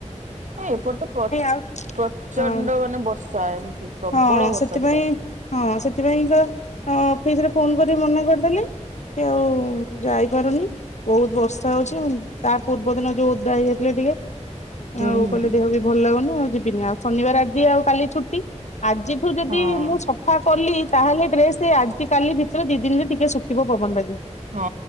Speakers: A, on the right; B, on the left.
A: ଏପଟ ତ ପ୍ର
B: ଆଉ
A: ପ୍ରଚଣ୍ଡ
B: ହଁ
A: ମାନେ ବର୍ଷା। ଏମିତି ପ୍ରବଳ
B: ହଁ
A: ବର୍ଷା
B: ସେଥିପାଇଁ
A: ପୁରା।
B: ହଁ ସେଥିପାଇଁକା ତାଙ୍କ ଅଫିସରେ ଫୋନ କରି ମନା କରିଦେଲେ କି ଆଉ ମୁଁ ଯାଇପାରୁନି ବହୁତ ବର୍ଷା ହଉଛି ଉଁ ତା ପୂର୍ବ ଦିନ ଯୋଉ ଓଦା ହେଇଯାଇଥିଲେ ଟିକେ
A: ହୁଁ
B: ଆଉ
A: ହୁଁ।
B: କହିଲେ ଦେହ ବି ଭଲ ଲାଗୁନି ଆଉ ଯିବିନି ଆଉ ଶନିବାର ଆଜି ଆଉ କାଲି ଛୁ ଟି ଆଜିଠୁ ଯଦି
A: ହଁ
B: ମୁଁ ସ ଫା କଲି ତାହେଲେ ଡ୍ରେସେ ଆଜି କାଲି ଭିତରେ ଦି ଦିନରେ ଟିକେ ଶୁଖିବ ପବନ ବାଜିକିରି।
A: ହଁ।